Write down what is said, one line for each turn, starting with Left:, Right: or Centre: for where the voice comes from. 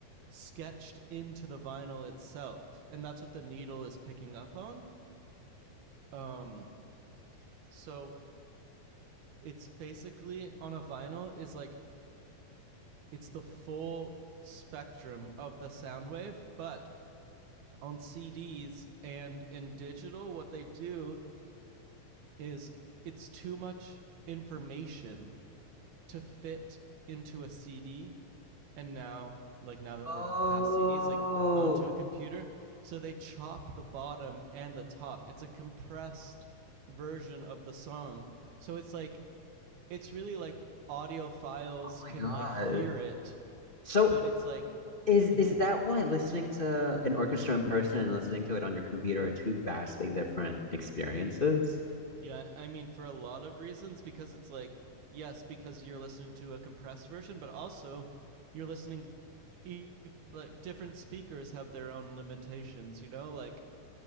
Right: sketched into the vinyl itself and that's what the needle is picking up on um so it's basically on a vinyl is like it's the full spectrum of the sound wave but on CDs and in digital, what they do is it's too much information to fit into a CD. And now, like now that
Left: Oh,
Right: we're past CDs, like onto a
Left: oh
Right: computer. So they chop the bottom and the top. It's a compressed version of the song. So it's like, it's really like audiophiles
Left: my
Right: can
Left: God.
Right: like hear it,
Left: So
Right: but it's like,
Left: is
Right: mm-hmm.
Left: is that why listening to an orchestra in person and listening to it on your computer are two vastly different experiences?
Right: Yeah, I mean, for a lot of reasons, because it's like, yes, because you're listening to a compressed version, but also you're listening, e- like, different speakers have their own limitations, you know? Like,